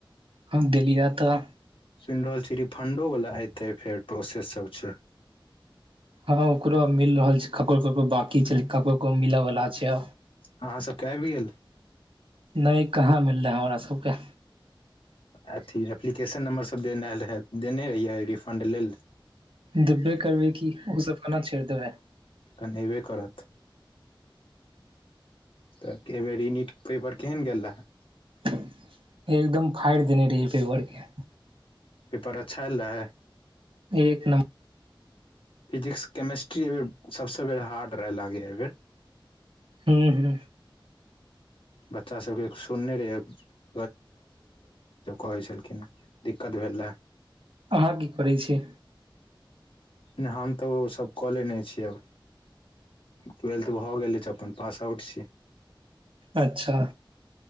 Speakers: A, on the right (about 80°); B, on the left (about 75°).
A: हम देलियै तऽ
B: सुनि रहल छी रिफंडो वाला एते फेर प्रोसेस सब छै
A: हँ हां ओकरो आ मिल रहल छै ककरो ककरो बकी छै ककरो ककते को मिलय वला छै
B: अहाँ सब केँ आइब गेल
A: नहि कहाँ मिललै हमरा सब केँ
B: अथी एप्लीकेशन नम्बरसभ देने रहै देने रहियै रिफण्ड लेल
A: देबबे करबै कि ओ सब केना छेड़ि देबै
B: कन ऐबै करत तऽ कै बेर ई नीट पेपर केहन गेल रहए
A: <inaudible> एकदम फाड़ि देने रहियै पेपर केँ
B: पेपर अच्छा एलै
A: एक नमर
B: फिजिक्स केमेस्ट्री एहिबर सबसँ बेर हार्ड रहै लागै एहि बेर
A: हूं हूं
B: बच्चा सबके सुनने रहियै <unintelligible> कहै छलखिन हे दिक्कत भेल रहए
A: अहाँ की करै छी
B: नय हम तऽ ओ सब कऽ लेने छिअब ट्वेल्थ भऽ गेल अछि त अपन पास आउट छी
A: अच्छा